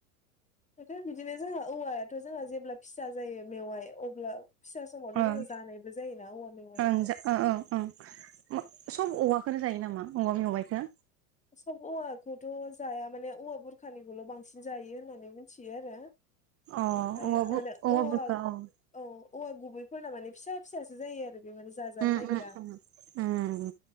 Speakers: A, on the left; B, on the right.
A: <unintelligible> बिदिनो जोंहा औवायाथ जोंहा जेब्ला फिसा जायो मेवाय अब्ला। फिसा समावथ
B: ओं
A: जोङो जानायबो जायोना औवा मेवाइखौ।
B: ओं जा ओ ओ ओं सब औवाखोनो जायो नामा औवा मेवाइखो।
A: सब औवाखौथ जाया माने औवा बुरखानिखौल बांसिन जायो होननानै मिथियो आरो
B: अ
A: इनिफाय
B: औवा बु
A: <unintelligible> औवा
B: बुरखा औ उम
A: औ। औवा गुबैफोरना माने फिसा फिसासो जायो आरो बे माने जाजानो
B: उम
A: नागिरा
B: उम उम